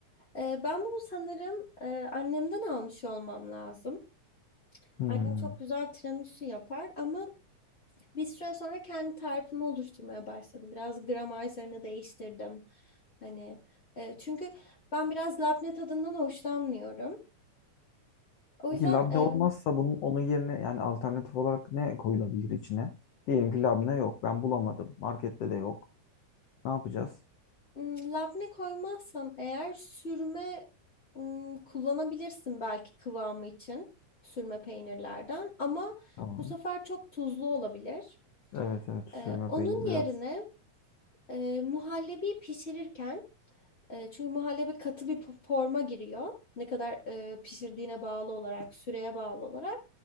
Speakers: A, on the left; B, on the left.
A: E, ben bunu sanırım e, annemden almış olmam lazım.
B: Hmm.
A: Annem çok güzel tiramisu yapar ama Bir süre sonra kendi tarifimi oluşturmaya başladım. Biraz gramerlerini değiştirdim. Hani e, çünkü ben biraz labne tadından hoşlanmıyorum. O
B: Peki
A: yüzden
B: labne
A: e,
B: olmazsa bunun onun yerine yani alternatif olarak ne koyulabilir içine? Diyelim ki labne yok. Ben bulamadım. Markette de yok. Ne yapacağız?
A: m, labne koymazsam eğer sürme m, kullanabilirsin belki kıvamı için sürme peynirlerden ama
B: Tamam.
A: bu sefer çok tuzlu olabilir.
B: Evet evet sürme
A: E, onun
B: peynir biraz.
A: yerine e, muhallebi pişirirken E, çünkü muhallebi katı bir po- forma giriyor. Ne kadar e, pişirdiğine bağlı olarak, süreye bağlı olarak.